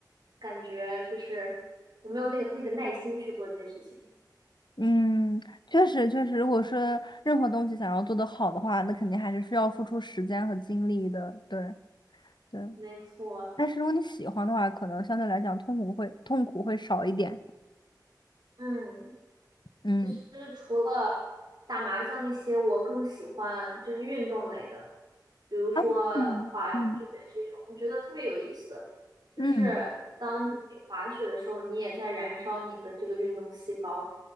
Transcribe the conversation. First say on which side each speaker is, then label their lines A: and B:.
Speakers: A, on the right; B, on the left.
A: 感觉就是我没有那个那个耐心去做这件事情。
B: 嗯，确实确实，如果说任何东西想要做得好的话，那肯定还是需要付出时间和精力的。对对，
A: 没错，
B: 但是如果你喜欢的话，可能相对来讲痛苦会痛苦会少一点。
A: 嗯。
B: 嗯，
A: 其实除了打麻将那些，我更喜欢就是运动类的，比如说
B: 啊，嗯嗯
A: 滑雪这种，我觉得特别有意思。就是当你滑雪的时候，
B: 嗯，
A: 你也在燃烧你的这个运动细胞，